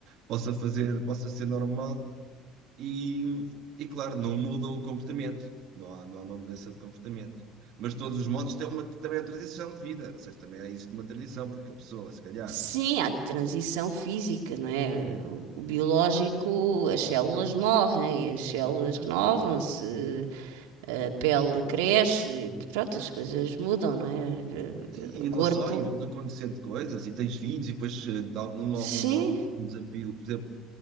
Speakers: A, on the right (about 65°); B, on the right (about 85°).
A: possa fazer, possa ser normal e, e claro, não muda o comportamento, não há, não há uma mudança de comportamento. Mas de todos os modos tem uma, também a tradição de vida, ou seja, também é isso de uma tradição, porque a pessoa, se calhar,
B: Sim, há transição física, não é? O, o biológico, as células morrem, as células renovam-se, a pele cresce, pronto, as coisas mudam, não é?
A: Sim,
B: O
A: e
B: corpo.
A: não só, e vão-te acontecendo coisas, e tens filhos, e depois, eh, de algum,
B: Sim,
A: algum modo, de algum desafio, por exemplo,